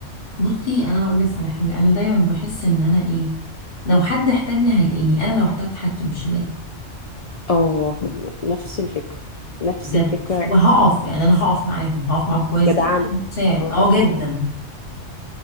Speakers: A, on the left; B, on the left.
A: بصي انا هقول لك على حاجه انا دايما بحس ان انا ايه لو حد احتاجني هيلاقيني انا لو احتجت حاجته مش هلاقيه
B: اه ن- نفس الفكره نفس
A: بجد
B: الفكرة
A: وهقف يعني انا هقف معاهم هقف معاهم كويس
B: جدعانة
A: جدا ساعد
B: اه
A: اه
B: جدعانة
A: جدا